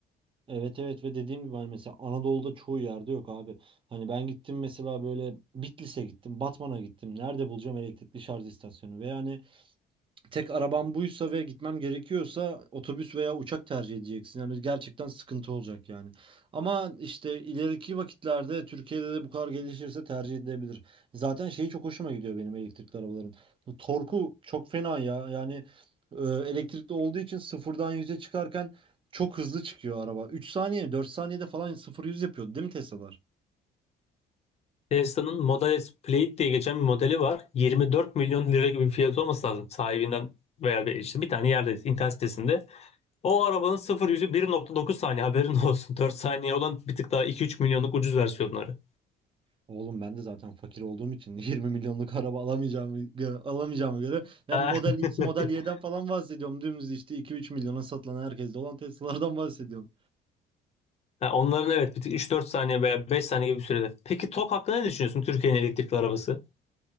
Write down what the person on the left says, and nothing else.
Tesla'nın Model S Plaid diye geçen bir modeli var. 24 milyon lira gibi bir fiyatı olması lazım sahibinden veya bir, işte bir tane yerde internet sitesinde. O arabanın 0 yüzü 1.9 saniye haberin <laughs> olsun. 4 saniye olan bir tık daha 2-3 milyonluk ucuz versiyonları.
Ha,
<laughs>
ha, Onların evet bir tık 3-4 saniye veya 5 saniye gibi bir sürede. Peki TOK hakkında ne düşünüyorsun Türkiye'nin elektrikli arabası?